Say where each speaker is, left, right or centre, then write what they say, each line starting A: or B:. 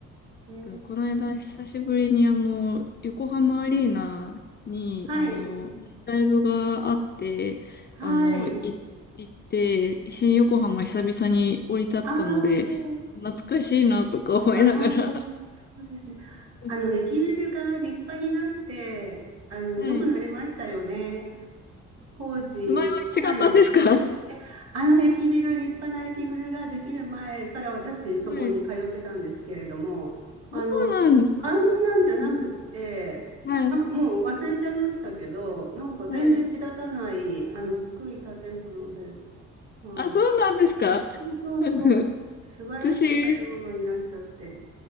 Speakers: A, on the right; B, on the left.
A: えー
B: この間久しぶりにあの、横浜アリーナに、
A: はい。
B: あの、ライブがあって、
A: はい。
B: あの、い行って、新横浜久々に降り立ったので、
A: ああ、
B: 懐かしいなとか思いながら。
A: ああ、そうですね。
B: <laughs>
A: あの、駅ビルが立派になって、あの、
B: はい。
A: 良くなりましたよね。工事、
B: 前は違ったんですか
A: かなり時
B: <laughs> は
A: あの駅ビル、立派な駅ビルができる前から私そこに通ってたんですけれども、
B: い。
A: あの、
B: そうなんですか。
A: あんなんじゃなくって、
B: うんはい。
A: なんかもう忘れちゃいましたけど、なんか全然目立たない、
B: はい。
A: あの低い建物で、はい。
B: あ、そうなんですか。
A: そうそうそう、
B: <laughs> なんか
A: 素晴らしい建物になっちゃって。
B: 私、